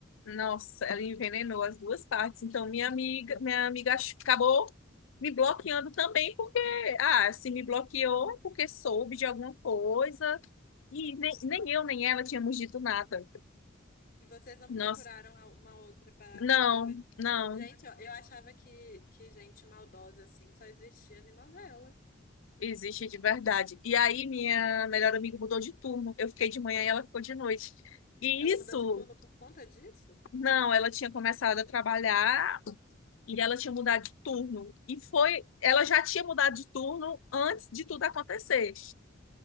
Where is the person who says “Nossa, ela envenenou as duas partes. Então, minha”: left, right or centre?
Left